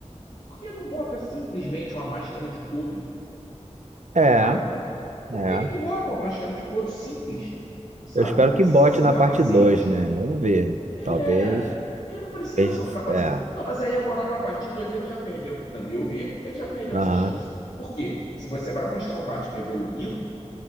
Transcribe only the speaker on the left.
por que não bota simplesmente uma máscara de couro,
sabe? Por
que, que não bota uma máscara de couro simples, sabe?
Não precisa
ser um
capacete.
É,
porque não precisa
ser um capacete. Não, mas aí agora para a parte 2 ele já perdeu, no meu ver, ele já perdeu
essa chance. Por quê? Se você vai mostrar um Batman evoluindo,